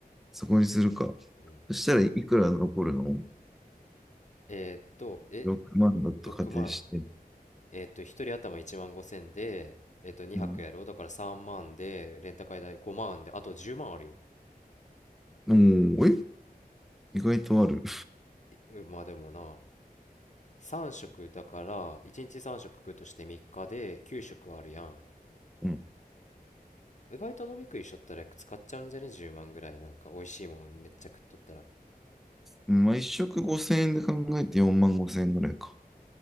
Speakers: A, in the centre; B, on the left (about 50°).
A: そこにするか。
B: うん。
A: そしたらいくら残るの
B: えーっと、え、
A: ?6 万だと仮定して。
B: 6万えーっと、一人頭1万5千で、えーっと、2泊やろう。
A: うん。
B: だから3万で、レンタカー代5万で、あと10万あるよ。
A: おー、え意外とある。
B: えまあでもな、3食だから、1日3食食うとして3日で9食あるやん。
A: うん。
B: 意外と飲み食いしとったら使っちゃうんじゃね ?10 万ぐらい。なんか美味しいもんめっちゃ食っとったら。
A: まあ、一食5000円で考えて4万5000円ぐらいか。